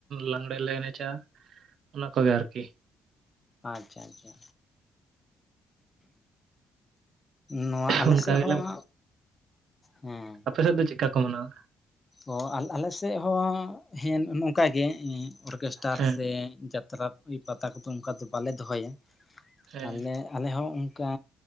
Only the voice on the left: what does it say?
ᱟᱪᱷᱟ ᱟᱪᱷᱟ, ᱱᱚᱣᱟ ᱟᱞᱮ
ᱥᱮᱫ ᱦᱚᱸ,
ᱦᱮᱸ
ᱚ ᱟᱞᱮ ᱥᱮᱫ ᱦᱚᱸ ᱦᱮᱸ ᱱᱚᱝᱠᱟ ᱜᱮ ᱚᱨᱜᱮᱥᱴᱟᱨ
ᱥᱮ ᱡᱟᱛᱨᱟ ᱯᱟᱛᱟ ᱠᱚᱫᱚ ᱚᱱᱠᱟ ᱫᱚ ᱵᱟᱞᱮ ᱫᱚᱦᱚᱭᱟ,
ᱟᱞᱮ ᱟᱞᱮ ᱦᱚᱸ ᱚᱱᱠᱟ,